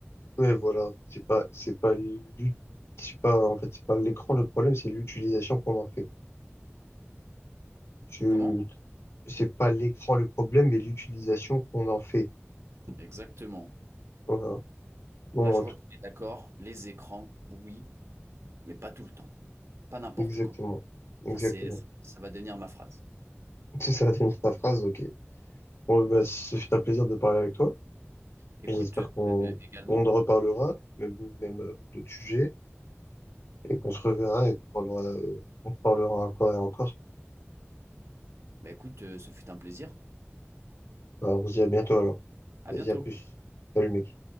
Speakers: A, on the left; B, on the right.
A: Ouais, voilà, c'est pas, c'est pas l'ut- c'est pas, en fait, c'est pas l'écran le problème, c'est l'utilisation qu'on en fait. Je,
B: Comment?
A: c'est pas l'écran le problème, mais l'utilisation qu'on en fait.
B: Exactement.
A: Voilà. Bon,
B: Là, je
A: en
B: vois
A: tout,
B: qu'on est d'accord. Les écrans, oui, mais pas tout le temps. Pas n'importe
A: exactement.
B: comment.
A: Exactement.
B: Ça, c'est, ça va devenir ma phrase.
A: <laughs> C'est ça, c'est ta phrase, ok. Bon, bah, ce fut un plaisir de parler avec toi,
B: Écoute,
A: et j'espère qu'on,
B: euh, également,
A: qu'on en reparlera, même, même euh, d'autres sujets, et qu'on se reverra et qu'on parlera, euh, on parlera encore et encore.
B: bah écoute, euh, ce fut un plaisir.
A: Bah, on se dit à bientôt alors.
B: À
A: Vas-y,
B: bientôt.
A: à plus. Salut, mec.